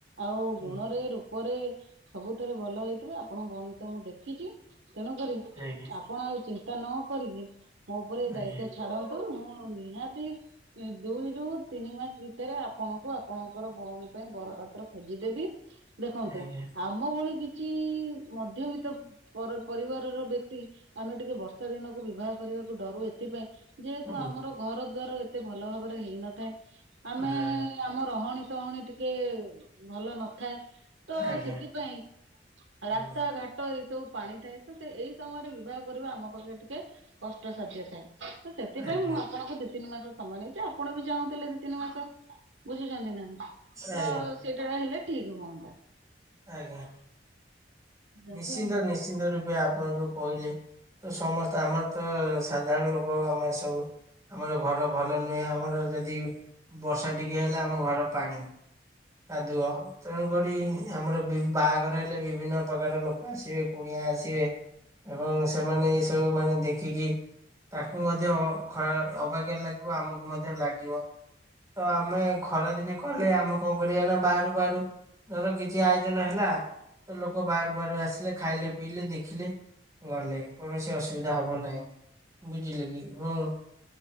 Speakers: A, on the right; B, on the right.
A: ଆଉ
B: ହୁଁ
A: ଗୁଣରେ ରୂପ ପରେ ସବୁଥରେ ଭଲ ହେଇଥିବ ଆପଣଙ୍କ ଭଉଣୀ ଙ୍କୁ ତ ମୁଁ ଦେଖିଛି ତେଣୁକରି
B: ଆଜ୍ଞା
A: ଆପଣ ଆଉ ଚିନ୍ତା ନ କରିକି ମୋ ଉପରେ ଏଇ
B: ଆଜ୍ଞା
A: ଦାୟିତ୍ଵ ଛାଡନ୍ତୁ ମୁଁ ନିହାତି ଦୁଇରୁୁ ତିନି ମାସ ଭିତରେ ଆପଣଙ୍କୁ ଆପଣଙ୍କର ଭଉଣୀ ପାଇଁ ବର ପାତ୍ର ଖୋଜିଦେବି ଦେଖନ୍ତୁ
B: ଆଜ୍ଞା ଆଜ୍ଞା
A: ଆମ ଭଳି କିଛି ମଧ୍ୟବିତ୍ତ ପର-ପରିବାରର ବ୍ୟକ୍ତି ଆମେ ଟିକେ ବର୍ଷା ଦିନକୁ ବିବାହ କରିବାକୁ ଡରୁ ଏଥିପାଇଁ ଯେହେତୁ
B: ହୁଁ।
A: ଆମର ଘର ଦ୍ୱାର ଏତେ ଭଲ ଭାବରେ ହେଇନଥାଏ ଆମେ
B: ହଁ
A: ଆମ ରହଣୀ ସହଣୀ ଟିକେ ଭଲ ନଥାଏ। ତ
B: ଆଜ୍ଞା
A: ସେଥିପାଇଁ
B: ହୁଁ
A: ରା ହାଟ ଏଇ ସବୁ ପାଣି ଥାଏ ତ ସେ ଏଇ ସମୟରେ ବିବାହ କରିବା ଆମ ପାଖ ଟିକେ କଷ୍ଟସାଧ୍ୟ ଥାଏ ତ ସେଥିପାଇଁ
B: ଆଜ୍ଞା
A: ମୁଁ ଆପଣଙ୍କୁ ଦି ତିନି ମାସ ସମୟ ନେଇଛି ଆଉ ଆପଣ ବି ଚାହୁଁଥିଲେ ଦି ତିନି ମାସ ବୁଝୁଛନ୍ତି ନା ତ
B: ଆଜ୍ଞା
A: ସେଇଟା ରେ ହେଲେ ଠିକ ହୁଅନ୍ତା।
B: ଆଜ୍ଞା
A: ଆଜ୍ଞା
B: ନିଶ୍ଚିନ୍ତ
A: କୁହନ୍ତୁ
B: ନିଶ୍ଚିନ୍ତ ରୂପେ ଆପଣ ଯୋଉ କହିଲେ ତ ସମସ୍ତେ ଆମର ତ ସାଧାରଣ ଲୋକ ଆମେ ଏ ସବୁ ଆମର ଘର ଭଲ ନୁହେଁ ଆମର ଯଦି ବର୍ଷା ଟିକେ ହେଲେ ଆମ ଘର ପାଣି। କାଦୁଅ। ତେଣୁକରି ଆମର ବାହାଘର ହେଲେ ବିଭିନ୍ନ ପ୍ରକାର ଲୋକ ଆସିବେ କୁଣିଆ ଆସିବେ। ଏବଂ ସେମାନେ ଏଇ ସବୁ ମାନେ ଦେଖିକି ତାକୁ ମଧ୍ୟ ଅ-ଖରା-ଅବାଗ୍ୟା ଲାଗିବ ଆମକୁ ମଧ୍ୟ ଲାଗିବ। ତ ଆମେ ଖରାଦିନେ କଲେ ଆମକୁ କଣ କରିବା ନା ବାହାରୁ ବାହାରୁ ଧର କିଛି ଆୟୋଜନ ହେଲା। ତ ଲୋକ ବାର ବାର ଆସିଲେ ଖାଇଲେ ପିଇଲେ ଦେଖିଲେ ଗଲେ କୌଣସି ଅସୁବିଧା ହବ ନାହିଁ ବୁଝିଲେ କି? ଏବଂ